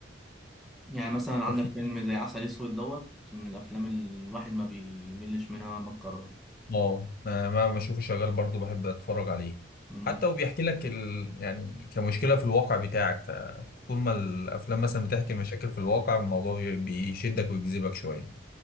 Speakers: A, in the centre; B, on the left (about 50°).
A: يعني مثلا عندك
B: وفي
A: فيلم زي عسل أسود دوت من الأفلام اللي الواحد ما بيملش منها مهما اتكرر
B: اه ما ما بشوفه شغال برضو بحب أتفرج عليه
A: مم.
B: حتى وبيحكي لك ال... يعني كمشكلة في الواقع بتاعك فطول ما الأفلام مثلا بتحكي مشاكل في الواقع الموضوع بي- بيشدك ويجذبك شوية